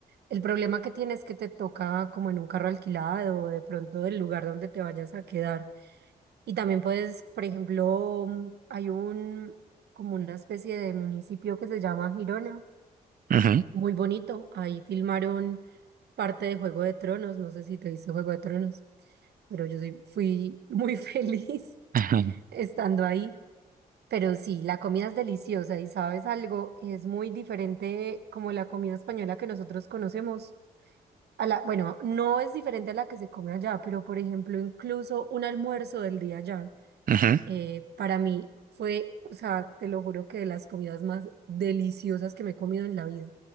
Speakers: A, on the right; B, on the right.
A: El problema que tienes es que te toca como en un carro alquilado o de pronto del lugar donde te vayas a quedar. Y también puedes, por ejemplo, mm, hay un, como una especie de municipio que se llama Girona,
B: Ujú.
A: muy bonito. Ahí filmaron parte de Juego de Tronos. No sé si te viste Juego de Tronos, pero yo sí fui muy <laughs> feliz
B: <laughs>
A: estando ahí. Pero sí, la comida es deliciosa y sabes algo, es muy diferente como la comida española que nosotros conocemos. A la, bueno, no es diferente a la que se come allá, pero por ejemplo, incluso un almuerzo del día allá.
B: Ujú.
A: eh, para mí fue, o sea, te lo juro que de las comidas más deliciosas que me he comido en la vida.